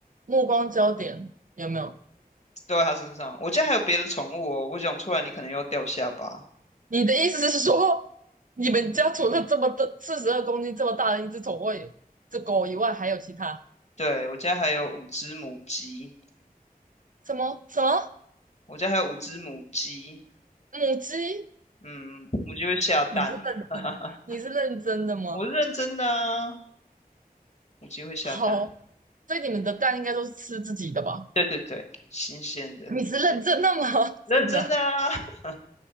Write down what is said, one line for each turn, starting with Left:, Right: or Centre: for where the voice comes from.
Right: 目光焦点有没有？
Left: 都在它身上。我家还有别的宠物哦，我讲出来你可能又要掉下巴。
Right: 你的意思是说，你们家除了这么的四十二公斤这么大的一只宠物以，这狗以外，还有其他
Left: 对，我家还有五只母鸡，
Right: 什么什么
Left: 我家还有五只母鸡，
Right: 母鸡？
Left: 嗯，母鸡会下蛋。
Right: 你是认真，
Left: <laughs>
Right: 你是认真的吗？
Left: 我是认真的啊，母鸡会下蛋。
Right: 好，所以你们的蛋应该都是吃自己的吧？
Left: 对对对，新鲜的，
Right: 你是认真的吗？<laughs>
Left: 认真的啊，
Right: 真的
Left: <laughs>